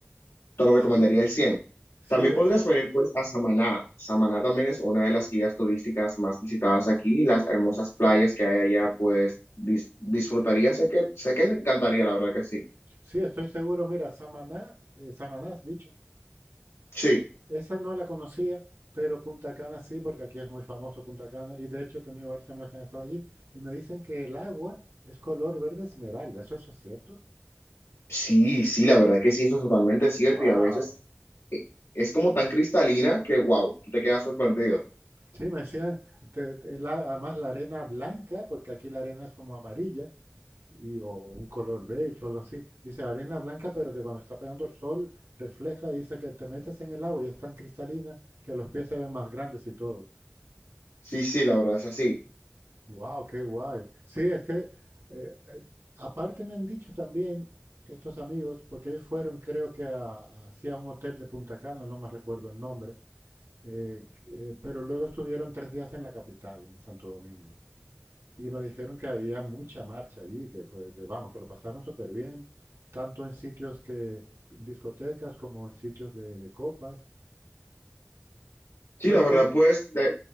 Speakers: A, on the left; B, on the right.
A: te lo
B: Sí,
A: recomendaría el 100.
B: sí,
A: También
B: eso.
A: podrías venir pues a Samaná. Samaná también es una de las guías turísticas más visitadas aquí. Las hermosas playas que hay allá pues dis- disfrutaría. Sé que, sé que le encantaría, la verdad que sí.
B: Sí, estoy seguro. Mira, Samaná, eh, Samaná has dicho.
A: Sí,
B: Esa no la conocía, pero Punta Cana sí, porque aquí es muy famoso Punta Cana. Y de hecho he tenido varios amigos que han estado allí y me dicen que el agua es color verde esmeralda. ¿Eso, eso es cierto?
A: sí, sí, la verdad que sí, eso es totalmente cierto
B: ¡Wow!
A: y a veces es como tan cristalina que wow, tú te quedas sorprendido.
B: Sí, me decían, te- te- la- además la arena blanca, porque aquí la arena es como amarilla. y, o un color beige o algo así. Dice arena blanca, pero que cuando está pegando el sol refleja y dice que te metes en el agua y es tan cristalina que los pies se ven más grandes y todo.
A: Sí, sí, la verdad es así.
B: ¡Wow! ¡Qué guay! Sí, es que eh, eh, aparte me han dicho también estos amigos, porque ellos fueron creo que a, hacia un hotel de Punta Cana, no me recuerdo el nombre, eh, eh, pero luego estuvieron tres días en la capital, en Santo Domingo. Y me dijeron que había mucha marcha allí, que fue, que vamos, que lo pasaron súper bien, tanto en sitios que, discotecas como en sitios de, de copas. Entonces,
A: Sí, la verdad,
B: tie-
A: pues, te-